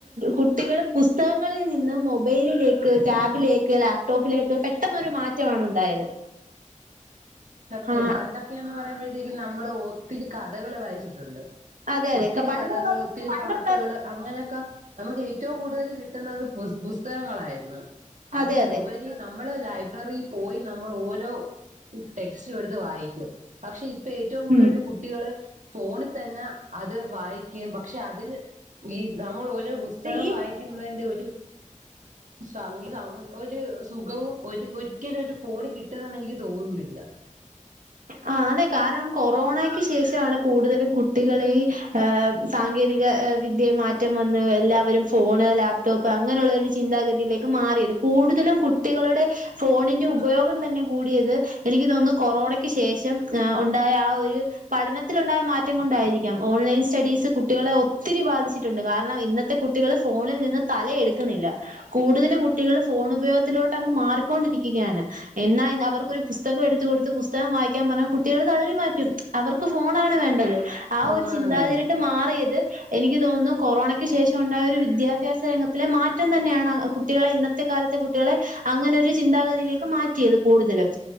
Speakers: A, on the right; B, on the right.
A: കുട്ടികൾ പുസ്തകങ്ങളിൽ നിന്നും മൊബൈലിലേക്ക് ടാബിലേക്ക് ലാ പ്ടോപ്പിലേക്ക് പെട്ടെന്നരു മാറ്റമാണ് ഉണ്ടായത്
B: സത്യം
A: ആ
B: പണ്ടൊക്കെയന്ന് പറയുമ്പഴത്തേക്കും നമ്മള് ഒത്തിരി കഥകള് വായിച്ചിട്ടുണ്ട്
A: അതെ
B: ഒത്തിരി
A: അതെ പണ്ടുള്ള
B: കഥകള് ഒത്തിരി
A: പണ്ടുള്ള
B: പാട്ടുകള് അങ്ങനെയൊക്കെ നമുക്ക് ഏറ്റവും കൂടുതൽ കിട്ടുന്നത് പുസ്തകങ്ങളായിരുന്നു
A: അതെ
B: അത്
A: അതെ
B: ലുബരി നമ്മള് ലൈബ്രറിൽ പോയി നമ്മൾ ഓരോ ടെക്സ്റ്റും എടുത്ത് വായിക്കും പക്ഷെ ഇപ്പ ഏറ്റവും കൂടുതൽ
A: ഉം
B: കുട്ടികള് ഫോണിൽ തന്നെ അത് വായി കെയും പക്ഷെ അതിൽ ഈ നമ്മൾ ഓരോ പുസ്തകം
A: ഈ
B: വായിക്കുന്നതിന്റെ ഒരു സംഗി ഒരു സുഖവും ഒരു ഒരിക്കലും ഒരു ഫോണ് കിട്ടതെന്ന് എനിക്ക് തോന്നുന്നില്ല
A: ആ അതെ കാരണം കൊറോണക്ക് ശേഷമാണ് കൂടുതലും കുട്ടികളെ ഹ സാങ്കേതിക വിദ്യ മാറ്റം വന്ന് എല്ലാവരും ഫോണ് ലാപ് ടോപ് അങ്ങനെയുള്ള ഒരു ചിന്താഗതിയിലേക്ക് മാറിയത് കൂടുതലും കുട്ടികളുടെ ഫോണിന്റെ ഉപയോഗം തന്നെ കൂടിയത് എനിക്ക് തോന്നുന്നു കൊറോണ ക്ക് ശേഷം ഉണ്ടായ ആ ഒരു പഠനത്തിലുണ്ടായ മാറ്റം കൊണ്ടായിരിക്കാം ഓൺലൈൻ സ്റ്റഡീസ് കുട്ടികളെ ഒത്തിരി ബാധിച്ചിട്ടുണ്ട് കാരണം ഇന്നത്തെ ത്തെ കുട്ടികൾ ഫോണിൽ നിന്ന് തല എടുക്കുന്നില്ല കൂടുതലും കുട്ടികള് ഫോൺ ഉപയോഗത്തിലോട്ട് അങ്ങ് മാറിക്കൊണ്ടിരിക്കുകയാണ് എന്നാ അവർക്ക് ഒരു പുസ്തകം എടുത്തു കൊടുത്ത് പും പുസ്തകം വായിക്കാൻ പറഞ്ഞാ കുട്ടികൾ തള്ളി മാറ്റും അവർക്ക് ഫോണാണ് വേണ്ടത് ആ
B: ഫോണാണ്
A: ഒരു ചിന്താതിരിട്ട്
B: വേണ്ടത്
A: മാറിയത് എനിക്ക് തോന്നുന്നു കൊറോണക്ക് ശേഷം ഉണ്ടായ ഒരു വിദ്യാഭ്യാസ രംഗത്തിലെ മാറ്റം തന്നെയാണ് കുട്ടികളെ ഇന്നത്തെ കാലത്തെ കുട്ടികളെ അങ്ങനെ ഒരു ചിന്താഗതിയിലേക്ക് മാറ്റിയത് കൂടുതലും